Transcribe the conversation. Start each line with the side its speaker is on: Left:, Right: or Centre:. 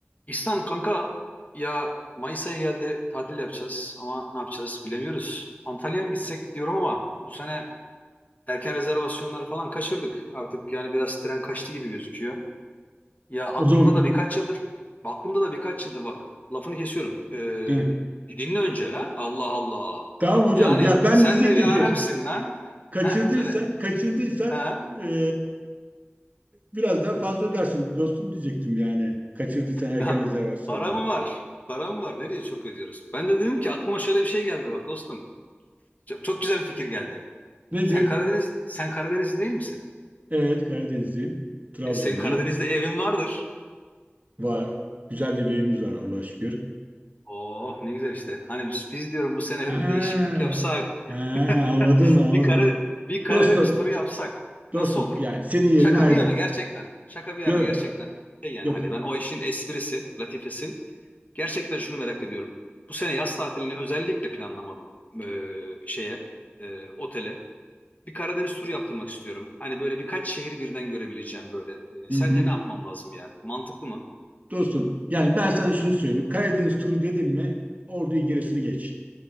Left: İhsan kanka ya Mayıs ayı geldi tatil yapacağız ama ne yapacağız bilemiyoruz. Antalya'ya mı gitsek diyorum ama bu sene erken rezervasyonları falan kaçırdık. Artık yani biraz tren kaçtı gibi gözüküyor. Ya aklımda
Right: O zaman
Left: da birkaç
Right: <laughs>
Left: yıldır aklımda da birkaç yıldır bak lafını kesiyorum. Ee,
Right: He.
Left: bir, bir dinle önce la. Allah Allah.
Right: tamam hocam.
Left: Yani
Right: Ya ben
Left: sen
Right: de diyecektim
Left: de bir alemsin
Right: ki
Left: lan.
Right: kaçırdıysan
Left: He söyle.
Right: kaçırdıysan
Left: Ha.
Right: e, biraz daha fazla ödersin dostum diyecektim yani. Kaçırdıysan erken
Left: La,
Right: rezervasyonları.
Left: <laughs> para mı var? Para mı var? Nereye çok ödüyoruz? Ben de dedim ki aklıma şöyle bir şey geldi bak dostum. Çok, çok güzel bir fikir geldi.
Right: Nedir?
Left: Sen Karadeniz sen Karadenizli değil misin?
Right: Evet Karadenizliyim. Trabzonluyum.
Left: E, senin Karadeniz'de evin vardır.
Right: Var. Güzel de bir evimiz
Left: E,
Right: var Allah'a şükür.
Left: Oh ne güzel işte. Hani biz, biz diyorum bu sene
Right: Ha,
Left: öyle bir değişiklik yapsak.
Right: ha,
Left: <laughs>
Right: anladım mı? anladım.
Left: Bir Kara, bir Karadeniz
Right: Dostum
Left: turu yapsak
Right: dostum
Left: nasıl olur?
Right: yani senin yerin
Left: Şaka
Right: ayrı.
Left: bir yana gerçekten. Şaka bir yana
Right: Yok
Left: gerçekten. Şey yani
Right: yok
Left: hani
Right: yok.
Left: ben o işin esprisi, latifesi. Gerçekten şunu merak ediyorum. Bu sene yaz tatilini özellikle planlamadım e, şeye, e, otele. bir Karadeniz turu yaptırmak istiyorum. Hani böyle birkaç şehir birden görebileceğim böyle. E,
Right: Hı
Left: sence
Right: hı.
Left: ne yapmam lazım yani? Mantıklı mı?
Right: Dostum yani ben sana şunu söyleyeyim. Karadeniz turu dedim mi Ordu'yu gerisini geç.